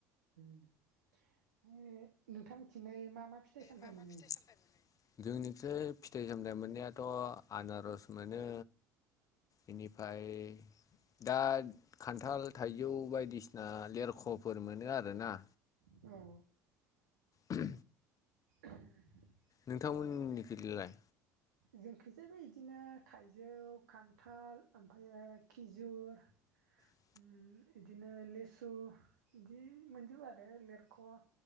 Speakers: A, on the right; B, on the left.
A: उम नोंथां मोननिथिंलाइ मा मा फिथाइ सामथाइ
B: मा मा
A: मोनो
B: फिथाइ सामथाय मोनो? जोंनिथिंजाय फिथाइ सामथाइ मोन्नायाथ' आनारस मोनो। बेनिफ्राय दा खान्थाल थाइजौ बायदिसिना लेरख'फोर मोनो आरोना।
A: औ।
B: उम
A: उहम <inaudible>
B: नोंथां मोननिखैलाय
A: जोंखैजायबो बिदिनो थाइजौ खान्थाल ओमफ्रायो खिजुर
B: जौ
A: उम बिदिनो लिसु बिदि मोनजोबो आरो लेरख'